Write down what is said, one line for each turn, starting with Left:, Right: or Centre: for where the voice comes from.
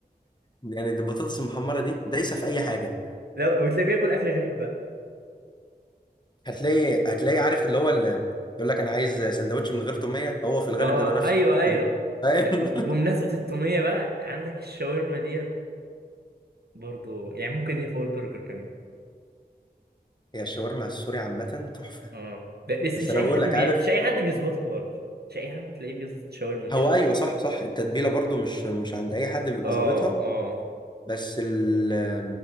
Left: يعني دي البطاطس المحمره دي دايسه في اي حاجه
Right: لا وتلاقيه بياكل اكل غريب بقى
Left: هتلاقي هتلاقي عارف اللي هو اللي يقول لك انا عايز سندوتش من غير توميه هو في الغالب
Right: اه
Left: بيبقى نفس
Right: ايوه
Left: الشخص
Right: ايوه
Left: ده فاهم
Right: لا ب... بمناسبة التومية بقى عندك الشاورما ديت برضو يعني ممكن هي فوق البرجر كمان
Left: <laughs> هي الشاورما السوري عامه تحفه
Right: اه ب- بس
Left: بس
Right: مش
Left: انا
Right: اي
Left: بقول
Right: حد
Left: لك
Right: بي...
Left: عارف
Right: مش اي حد بيظبطها برضو مش اي حد تلاقيه بيظبط الشاورما كده
Left: هو ايوه صح صح التتبيله برضو مش مش عند اي حد بيبقى
Right: اه
Left: ظابطها
Right: اه
Left: بس ال